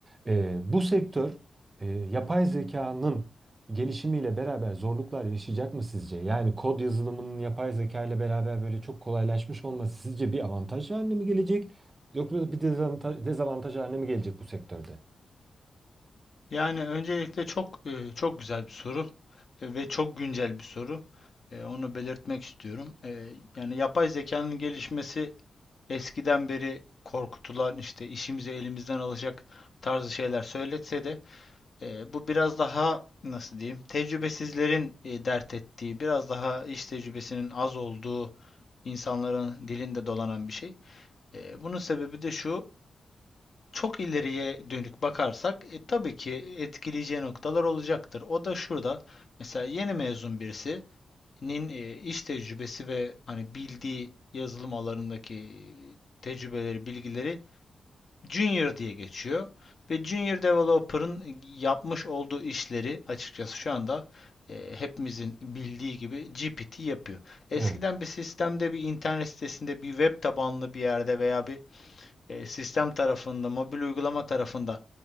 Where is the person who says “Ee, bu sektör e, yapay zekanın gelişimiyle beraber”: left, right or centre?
Right